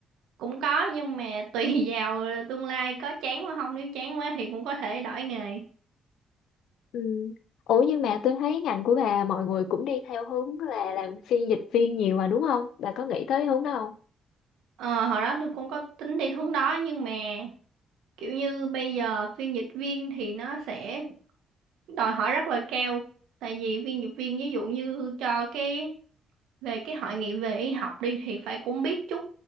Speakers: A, on the right (about 85°); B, on the left (about 80°).
A: cũng có nhưng mà tùy <laughs> vào tương lai có chán mà không nếu chán quá thì cũng có thể đổi nghề
B: Ừ. Ủa nhưng mà tôi thấy ngành của bà mọi người cũng đi theo hướng là làm phiên dịch viên nhiều mà đúng không? Bà có nghĩ tới hướng đó không?
A: ờ hồi đó tôi cũng có tính đi hướng đó nhưng mà kiểu như bây giờ phiên dịch viên thì nó sẽ đòi hỏi rất là cao tại vì phiên dịch viên ví dụ như cho cái về cái hội nghị về y học đi thì phải cũng biết chút